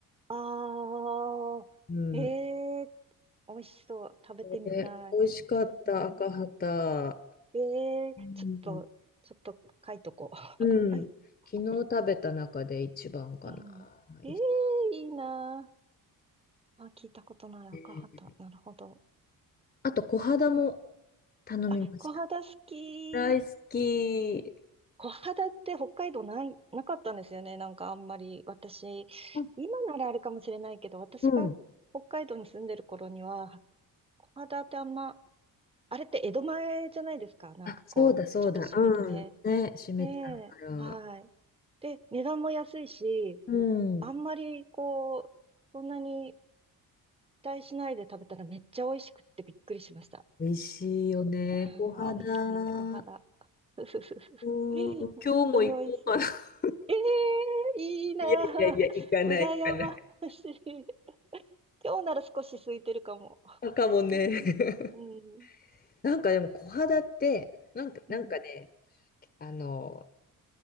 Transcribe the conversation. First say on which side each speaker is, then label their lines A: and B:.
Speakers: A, on the right; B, on the left.
A: ああ、
B: うん。
A: ええー、美味しそう。食べてみたい。
B: で、美味しかった赤ハタ。
A: うん、ええー、
B: うん。
A: ちょっと、ちょっと書いとこう。<laughs>
B: うん。昨日食べた中で一番かな。
A: あったうん。ええ
B: いいで
A: ー、いいな。あ、聞いたことない赤旗。
B: すね
A: なるほど。
B: あと、小肌も頼みました。
A: あ、小肌好き。
B: 大好き。
A: 小肌って北海道ない、なかったんですよね。なんかあんまり私、
B: あ
A: 今ならあるかもしれないけど、私が北海道に住んでる頃には、
B: うん。
A: 小肌ってあんま、あれって江戸前じゃないですか。なんかこう、
B: あ、そうだそうだ。
A: ちょっと閉めてね。
B: うん。ね、閉めてあるから。
A: ええ、はい。で、値段も安いし、
B: うん。
A: あんまりこう、そんなに期待しないで食べたらめっちゃ美味しくってびっくりしました。
B: 美味しいよね。
A: あ
B: 小肌。
A: ー、美味しい、小肌。<laughs> ふふふふ
B: うん。
A: 本当に美味しい。
B: 今日も行こうかな。<laughs>
A: ええいいなあ。
B: いやいやいや、行かない、
A: 羨ましい。
B: 行かない。
A: 今日なら少し空いてるかも。
B: あ、かもね。
A: うん、
B: <laughs>
A: うん、
B: なんかでも小肌って、なんか、なんかね、
A: うん。
B: あの、